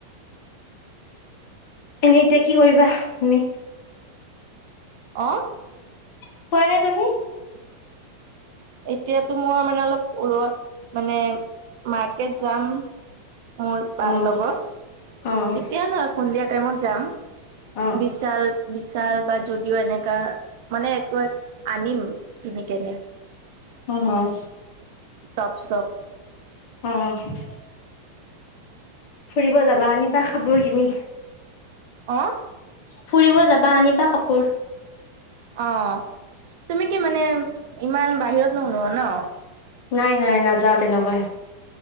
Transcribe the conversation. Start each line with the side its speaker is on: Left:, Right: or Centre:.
Left: এনেই এতিয়া কি কৰিবা তুমি?
Right: অ
Left: খোৱা নাই তুমি?
Right: এতিয়াতো মোৰ মানে অলপ ওলোৱা মানে মাৰ্কেট যাম। মোৰ বাৰ
Left: অ'
Right: লগত,
Left: অ'
Right: এতিয়া না সন্ধিয়া টাইমত যাম। সি
Left: অ'
Right: বিশাল, বিশাল বা যুদিও এনেকা মানে একো এক আনিম। কিনিকেনে।
Left: অ আস।
Right: টপ-ছপ।
Left: উম উ ফুৰিব যাবা আনিবা কাপোৰ কিনি।
Right: অ অ
Left: ফুৰিব যাবা, আনিবা কাপোৰ।
Right: অ তুমি কি মানে ইমান বাহিৰত নহোলোৱা ন?
Left: নাই নাই নাযাওঁ তেনেকৈ।